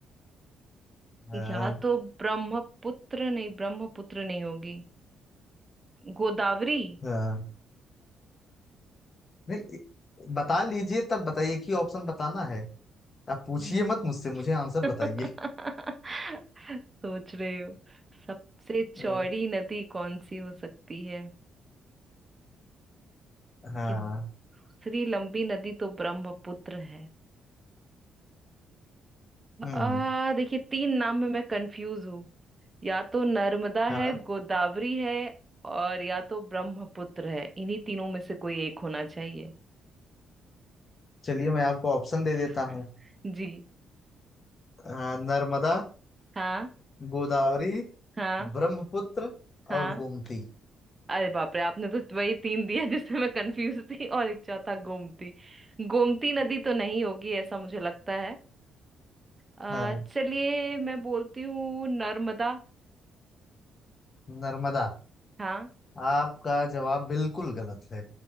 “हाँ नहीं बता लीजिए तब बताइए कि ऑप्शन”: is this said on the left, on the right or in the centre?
Left